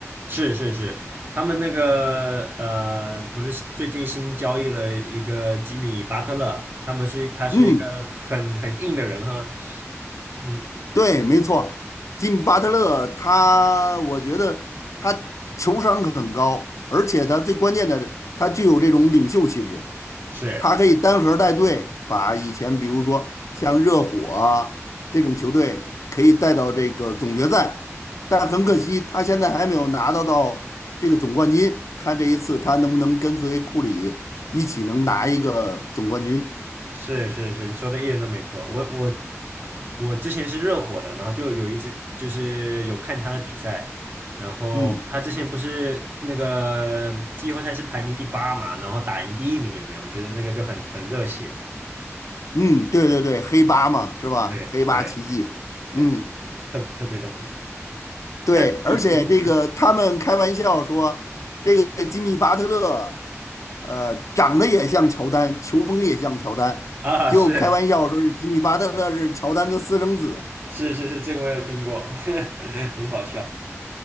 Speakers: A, on the right (about 40°); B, on the left (about 80°).
A: 是是是，他们那个呃，不是最近新交易了一个吉米巴特勒，他们是他是一个很很硬的人哈，
B: 嗯。
A: 嗯，
B: 对，没错，金巴特勒他，我觉得他球商很高，而且他最关键的，他具有这种领袖气质，
A: 是
B: 他可以单核带队，把以前比如说像热火啊这种球队可以带到这个总决赛，但很可惜他现在还没有拿到到这个总冠军，看这一次他能不能跟随库里一起能拿一个总冠军。
A: 是是是，你说的一点都没错。我我我之前是热火的，然后就有一次就是有看他的比赛，然后他之前不是那个季后赛是排名第八嘛，
B: 嗯
A: 然后打赢第一名有没有？我觉得那个就很很热血，
B: 嗯，对对对，黑八嘛，是吧？
A: 对对
B: 黑八奇迹。
A: 对，
B: 嗯。
A: 特特别的火。
B: 对，
A: 那你你
B: 而且这个他们开玩笑说，这个吉米巴特勒，呃，长得也像乔丹，球风也像乔丹，
A: 啊，
B: 就开玩笑说是吉米巴特勒是乔丹的私生子。
A: 是是是是，这个我有听过，<laughs> 很好笑。